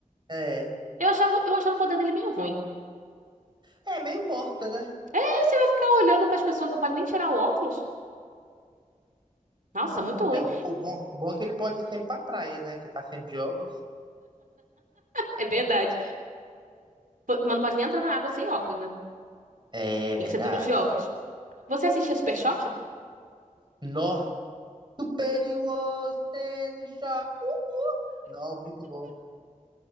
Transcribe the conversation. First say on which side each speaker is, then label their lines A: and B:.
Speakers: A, on the right (about 35°); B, on the right (about 80°).
A: É.
B: Eu achava, eu achava o poder dele meio ruim.
A: É meio bosta, né?
B: É, você vai ficar olhando pras pessoas, não pode nem tirar o óculos? Nossa, muito ruim.
A: É, o, o bom, o bom é que ele pode ir sempre pra praia, né? Que tá sempre de óculos.
B: É verdade. Pô, Mas não pode nem entrar na água sem óculos, né?
A: É
B: Tem
A: verdade.
B: que ser tudo de óculos. Você assistia Super Choque?
A: Nó. Superior Stanley Shaw. Uhul. Nó, muito bom.